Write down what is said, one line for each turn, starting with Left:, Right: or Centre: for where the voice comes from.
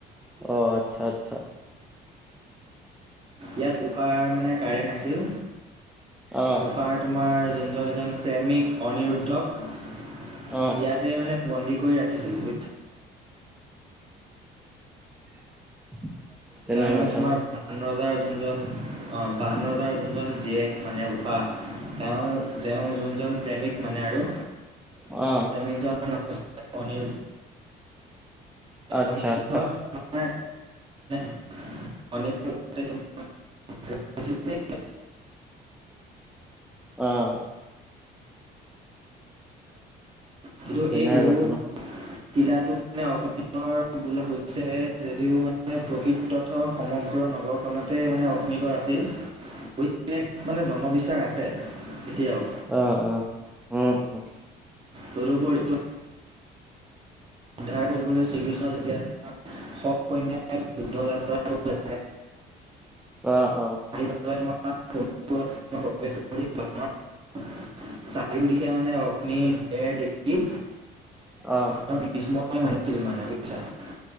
Centre: অ আচ্ছা আচ্ছা।
Right: ইয়াত উশাৰ মানে কাৰেং আছিল
Centre: অ
Right: উকাৰ। তোমাৰ যোনজন এইজন প্ৰেমিক। অনিৰুদ্ধক
Centre: অ অ
Right: ইয়াতে মানে বন্দী কৰি ৰাখিছিল।
Centre: <inaudible> কেনে
Right: যাৰ মানে
Centre: কথা
Right: তোমাৰ
Centre: ন।
Right: বান ৰজাৰ যোনজন অ বান ৰজাৰ যোনজন। জীয়েক মানে ঊষা তেওঁৰ যোনজন প্ৰেমিক মানে আৰু।
Centre: অ।
Right: প্ৰেমিক জন <inaudible> অনিৰো।
Centre: আচ্ছা
Right: অনিৰুদ্ধ
Centre: আচ্ছা।
Right: তোমাৰ <unintelligible> <inaudible>
Centre: অঁ।
Right: কিন্তু
Centre: তেনে
Right: এই হুৰু।
Centre: <inaudible>
Right: কিলাটোক মানে অগ্নিগড় বোলা হৈছে যদিও মানে প্ৰকৃতথ সমগ্ৰ নগক। খনতে মানে অগ্নিগড় আছিল বুলি এই মানে জনবিশ্বাস আছে এতিয়াও।
Centre: অ অ উম উম।
Right: তদুপৰি টো। উদ্ধাৰ কৰিবলৈ শ্ৰীকৃষ্ণ যেতিয়া। সসৈন্যে যুদ্ধ যাত্ৰা কৰিবলৈ
Centre: অ অ।
Right: <unintelligible> চাৰিও দিশে মানে অগ্নি বেৰ দেখি।
Centre: অ।
Right: <unintelligible> বুজিচা।